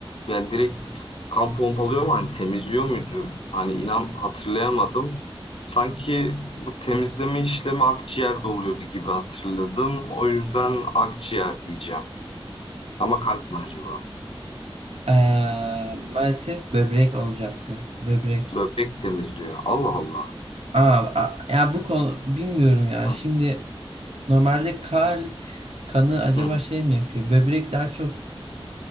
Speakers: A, on the left; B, on the right.
A: yani direkt kan pompalıyor mu? Hani temizliyor muydu? Hani inan hatırlayamadım. Sanki bu temizleme işlemi akciğerde oluyordu gibi hatırladım. O yüzden akciğer diyeceğim. Ama kalp mi acaba?
B: Ee, maalesef böbrek olacaktı. Böbrek.
A: Böbrek temizliyor. Allah Allah.
B: Aa, a- ya bu konu bilmiyorum ya.
A: Hı,
B: Şimdi normalde kalp kanı acaba
A: hı, hı.
B: şey mi yapıyor? Böbrek daha çok.